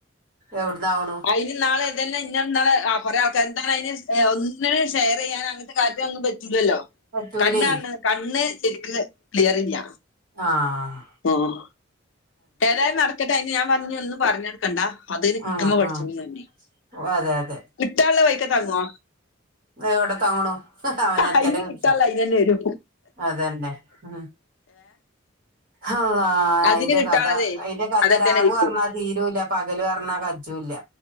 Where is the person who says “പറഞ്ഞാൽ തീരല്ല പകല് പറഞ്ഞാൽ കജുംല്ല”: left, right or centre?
Right